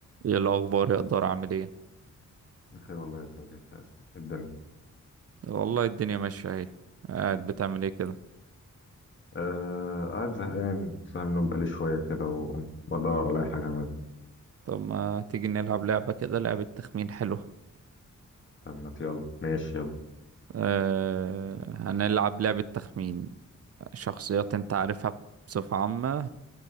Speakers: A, on the right (about 50°); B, on the left (about 40°).
A: ايه الاخبار يا قدر عامل ايه
B: بخير والله يا زميلي انت اسف. الدنيا
A: والله الدنيا ماشيه اهي قاعد بتعمل ايه كده
B: آه قاعد زهقان صاحي من النوم بقالي شوية كده وبدور على أي حاجة أعملها
A: طب ما تيجي نلعب لعبه كده لعبه تخمين حلوه
B: طب ما ت- يلا ماشي يلا
A: أه هنلعب لعبه تخمين شخصيات انت عارفها بصفه عامه